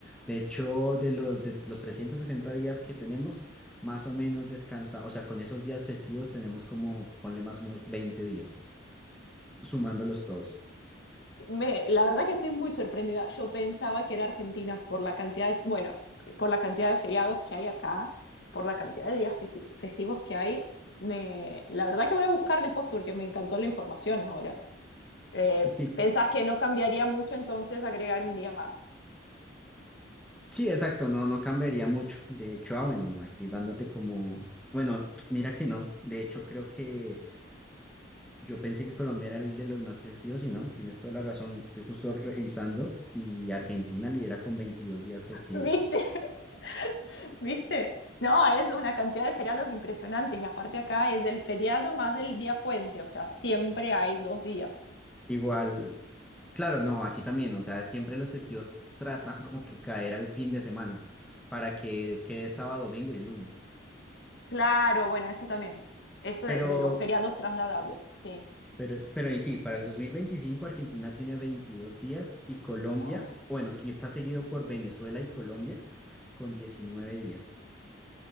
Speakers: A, in the centre; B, on the left.
A: De hecho, de los, de los 360 días que tenemos, más o menos descansa. O sea, con esos días festivos tenemos como, ponle más o menos 20 días, sumándolos todos.
B: Me, la verdad que estoy muy sorprendida. Yo pensaba que era Argentina por la cantidad de, bueno, por la cantidad de feriados que hay acá, por la cantidad de días festi- festivos que hay. Me, la verdad que voy a buscar después porque me encantó la información ahora. Eh,
A: Sí,
B: ¿pensás que no cambiaría mucho entonces agregar un día más?
A: sí, exacto, no, no cambiaría mucho. De hecho, ah, bueno, aquí dándote como, bueno, mira que no. De hecho, creo que Yo pensé que Colombia era el de los más festivos y no, tienes toda la razón. Estoy justo revisando y Argentina lidera con veintidós días festivos.
B: <laughs> ¿Viste? <laughs> ¿Viste? No, es una cantidad de feriados impresionantes y aparte acá es el feriado más el día puente, o sea, siempre hay dos días.
A: Igual, claro, no, aquí también, o sea, siempre los festivos tratan como que caer al fin de semana para que quede sábado, domingo y lunes.
B: Claro, bueno, eso también. Esto
A: Pero,
B: de, de los feriados trasladables, sí.
A: pero, pero y sí, para el 2025 Argentina tiene 22 días y Colombia,
B: Mira vos,
A: bueno, y está seguido por Venezuela y Colombia con 19 días.